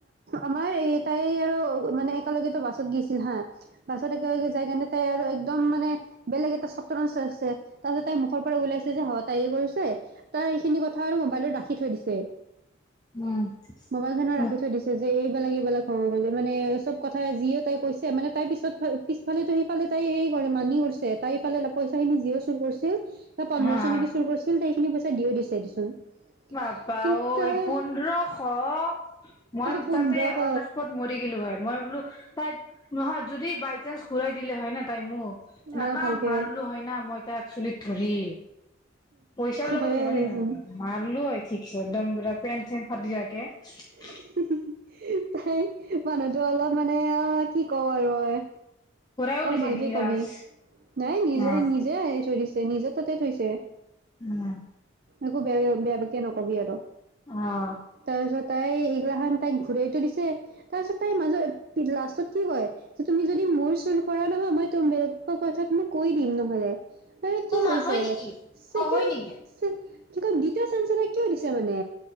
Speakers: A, on the right; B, on the left.
A: আমাৰ এই। তাই আৰু মানে একেলগেতো বাছত গেছিল হা। বাছত একেলগে যায় কেনে তাই আৰু। একদম মানে বেলেগ এটা চত <unintelligible> আছে। তাৰপিছত তাইৰ মুখৰ পৰা ওলাইছে যে, হয় তাইয়ে কৰিছে, তাৰ এইখিনি কথা আৰু মোবাইলত ৰাাখি থৈ দিছে।
B: উম
A: মোবাইলখনৰ
B: উম
A: ৰাখি থৈ দিছে যে, এইবিলাক-এইবিলাক হ'ব বুলি মানে, চব কথাই যিও তাই কৈছে, মানে তাইৰ পিছত, পিছফালেতো সেইফালে তাই হেই কৰে, মানি কৰিছে। তাই সেইফালে লপ পইচাখিনি যিও চুৰ কৰিছিল। ন পন্ধৰশ
B: হা
A: নেকি? ছিল <unintelligible> পইচা দিয়া দিছে দেচোন।
B: পাপা
A: কিন্তু
B: ঐ
A: তাই
B: পোন্ধৰশ মই
A: পোন্ধৰশ
B: তাতে অন দা স্পট মৰি গিলো হয় মই বোলো তাত নহয় যদি বাই চান্স ঘূৰাই দিলে হয় ন তাই মোক এনে
A: অলপ
B: কাম
A: ভালকে
B: মাৰলো হয় না মই একচলি ধৰি পইচাৰ
A: হয়ে
B: লগত ধেমালি
A: দেচোন
B: নহয় মাৰলো হয় ঠিকছে একদম পেন চেন ফাটিযোৱাকে
A: হি হি তাই মানুহতো অলপ মানে অ কি ক'ব আৰু হয়।
B: ঘূৰাইও
A: অলপ
B: দিছে
A: ভালকে
B: লিংৰাজ
A: কবি নাই নিজে
B: অ
A: নিজে আহি থৈ দিছে নিজে তাতে থৈছে।
B: উম।
A: একো বেয়া বেয়া বোকেয়া নকবি আৰু
B: আহ।
A: তাৰপিছত তাই এগলাখান্তাই। ঘূৰাইতটো দিছে তাৰপিছত তাইৰ মাজত লাষ্টত কি কয় তুমি যদি মোৰ চুৰ কৰা নহয় মই তো বেলেগ কথাক মোক কৈ দিম নহ'লে মানে
B: অ
A: কি
B: মা
A: হৈছে
B: হয় নেকি
A: ছেকেণ্ড
B: অ হয় নেকি
A: <inaudible> কিয় চাঞ্চ কিয় দিছে মানে?